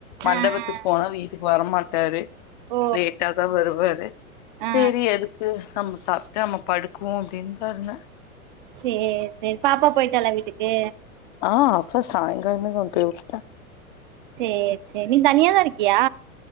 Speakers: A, on the left (about 35°); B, on the right (about 35°).
A: மண்டபத்துக்
B: ஆ ஆ
A: போனா வீட்டுக்கு வரமாட்டாரு
B: ஓ
A: லேட்டாதா வருவாரு
B: ஆ ஆ
A: செநரி எதுக்கு நம்ம சாப்பட்டு நம்ம படுக்குவோ அப்டின்தா இருந்த
B: சேர் சேர் பாப்பா போய்ட்டலா வீட்டுக்கு
A: ஆ அப்ப சாயங்காலமே கொண்ட் போய் உட்ட
B: சேர் சேர் நீ தனியாதா இருக்கியா